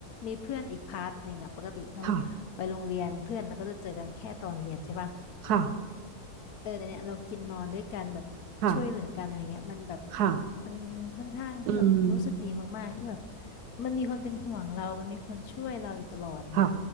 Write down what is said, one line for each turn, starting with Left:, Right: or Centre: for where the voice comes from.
Left: มีเพื่อนอีกพาร์ทหนึ่งอะปกติเรา
Right: ค่ะ
Left: ไปโรงเรียนเพื่อนเราก็จะเจอกันแค่ตอนเรียนใช่ปะ
Right: ค่ะ
Left: เออแต่เนี่ยเรากินนอนด้วยกันแบบช่วยเหลือกันอะไรเงี้ยมันแบบ
Right: ค่ะค่ะ
Left: มันค่อนข้างที่แบบรู้สึกดีมากๆที่แบบ
Right: อืม
Left: มันมีคนเป็นห่วงเรามันมีคนช่วยเราอยู่ตลอดเนี่ย
Right: ค่ะ